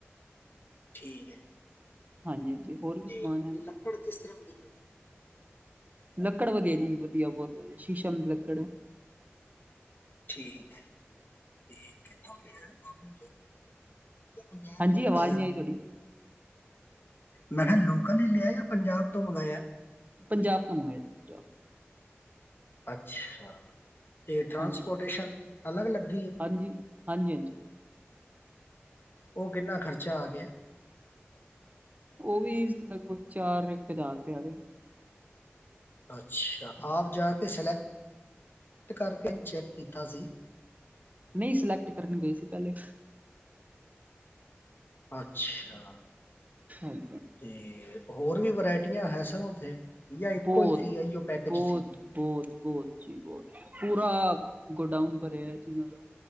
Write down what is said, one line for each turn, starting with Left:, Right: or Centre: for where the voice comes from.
Left: ਠੀਕ ਹੈ।
Right: ਹਾਂਜੀ ਹਾਂਜੀ ਹੋਰ ਵੀ
Left: ਤੇ
Right: ਸਮਾਨ ਹੈ।
Left: ਲੱਕੜ ਕਿਸ ਤਰ੍ਹਾਂ ਦੀ ਹੈ
Right: ਲੱਕੜ ਵਗੈਰੀ ਵਧੀਆ ਬਹੁਤ ਵਧੀਆ ਸ਼ੀਸ਼ਮ ਦੀ ਲੱਕੜ ਹੈ।
Left: ਠੀਕ ਹੈ ਠੀਕ ਕਿਥੋਂ ਲਿਆ ਆਪਣੇ? ਜਾਂ ਪੰਜਾਬ
Right: ਹਾਂਜੀ
Left: ਤੋਂ
Right: ਆਵਾਜ਼
Left: ਮੰਗਾਇਆ
Right: ਨਹੀਂ ਆਈ ਤੁਹਾਡੀ।
Left: ਮੈਂ ਕਿਹਾ ਲੋਕਲ ਹੀ ਲਿਆ ਜਾਂ ਪੰਜਾਬ ਤੋਂ ਮੰਗਾਇਆ?
Right: ਪੰਜਾਬ ਤੋਂ ਮੰਗਆ ਸੀ ਪੰਜਾਬ ਤੋਂ।
Left: ਅੱਛਾ। ਤੇ ਟ੍ਰਾਂਸਪੋਰਟੇਸ਼ਨ
Right: ਹਾਂਜੀ
Left: ਅਲੱਗ ਅਲੱਗ।
Right: ਹਾਂਜੀ ਹਾਂਜੀ ਹਾਂਜੀ।
Left: ਔ ਕਿੰਨਾ ਖ਼ਰਚਾ ਆ ਗਿਆ।
Right: ਔ ਵੀ ਲਗਭਗ ਚਾਰ ਇੱਕ ਹਜ਼ਾਰ ਤੇ ਆ ਗਏ
Left: ਅੱਛਾ ਆਪ ਜਾ ਕੇ ਸਲੈਕਟ ਕਰਕੇ ਚੈੱਕ ਕੀਤਾ ਸੀ।
Right: ਨਹੀਂ ਸਿਲੈਕਟ ਕਰਨ ਗਏ ਸੀ ਪਹਿਲੇ।
Left: ਅੱਛਾ।
Right: ਹਾਂਜੀ
Left: ਤੇ ਹੋਰ ਵੀ ਵਰਾਇਟੀ ਹੈ ਸਨ ਉੱਥੇ ਜਾਂ ਇੱਕੋ
Right: ਬਹੁਤ
Left: ਹੀ ਸੀ ਇਹੀਓ ਪੈਕੇਜ
Right: ਬਹੁਤ
Left: ਸੀ
Right: ਬਹੁਤ ਬਹੁਤ। ਜੀ ਬਹੁਤ। ਪੂਰਾ ਗੋਡਾਊਨ ਭਰਿਆ ਚੀਜ਼ਾ ਦਾ।